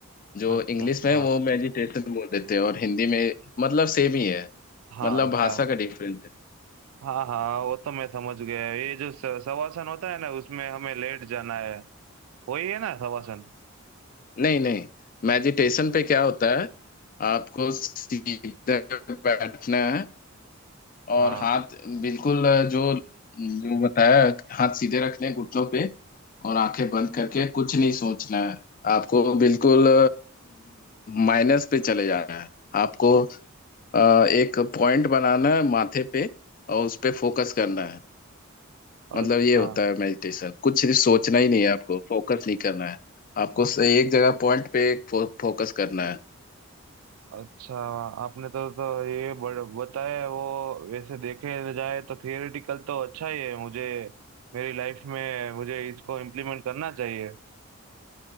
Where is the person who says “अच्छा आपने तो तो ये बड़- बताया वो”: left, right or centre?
Right